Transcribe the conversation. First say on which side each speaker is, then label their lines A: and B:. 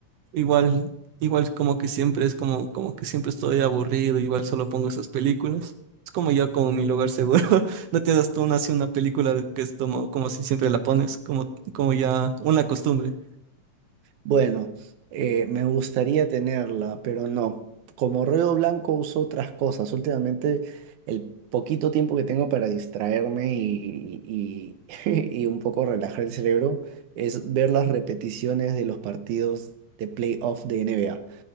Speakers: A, on the right; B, on the right.
A: Igual, igual como que siempre es como, como que siempre estoy aburrido, igual solo pongo esas películas. Es como ya como mi lugar seguro. <laughs> No tienes tú una, así una película que es como, como si siempre la pones, como, como ya una costumbre.
B: Bueno, eh, me gustaría tenerla, pero no. Como ruedo blanco uso otras cosas. Últimamente, el poquito tiempo que tengo para distraerme y, y, <laughs> y un poco relajar el cerebro es ver las repeticiones de los partidos de playoff de NBA.